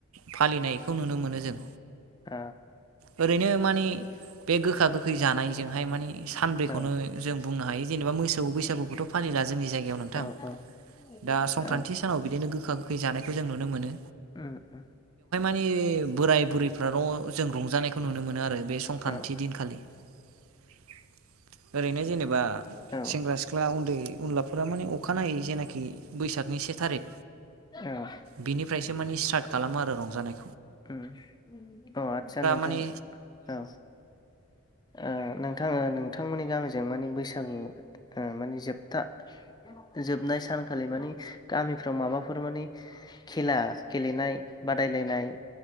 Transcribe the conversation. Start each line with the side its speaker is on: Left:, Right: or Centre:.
Right: फालिनायखौ नुनो मोनो जों
Left: औ
Right: ओरैनो मानि बे गोखा गोखै जानायजोंहाय मानि सानब्रैखौनो
Left: औ
Right: जों बुंनो हायो जेनेबा मोसौ बैसागुखौथ' फालिला जोंनि जायगायाव नोंथां
Left: औ औ
Right: दा संक्रान्ति
Left: औ
Right: सानाव बिदिनो गोखा-गोखै जानायखौ जों नुनो मोनो
Left: ओ ओ
Right: <unintelligible> बोराय बुरैफ्राल' जों रंजानायखौ नुनो मोनो आरो बे संक्रान्ति
Left: औ
Right: दिनखालि <inaudible> ओरैनो जेनेबा
Left: औ
Right: सेंग्रा सिख्ला उन्दै उनलाफोरा माने अखानायै जेनाखि बैसागनि से थारिख
Left: औ
Right: बिनिफ्रायसो माने स्टार्ट खालामो आरो रंजानाय
Left: ओं अ आटसा नोंथां
Right: माने
Left: औ ओ नों थां नोंथांमोननि गामिजों माने बैसागु माने जोबथा जोबनाय सान खालि मानि गामिफ्राव माबाफोर मानि खेला गेलेनाय बादायलायनाय